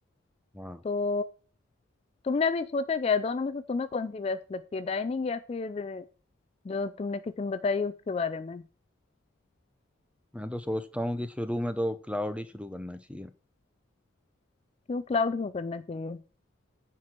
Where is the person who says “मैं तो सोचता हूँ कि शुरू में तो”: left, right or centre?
Centre